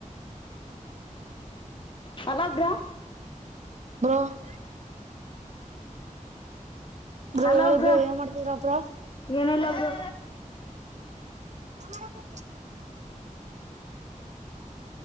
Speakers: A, on the left; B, on the right.
A: ಹಲೋ ಬ್ರೋ
B: ಅ ಗಹವಳಿ
A: ಹಲೋ ಬ್ರೋ
B: ಬ ಮಾಡ್ತೀರ ಅಪರ
A: ಏನಿಲ್ಲ ಬ್ರೋ
B: ಹ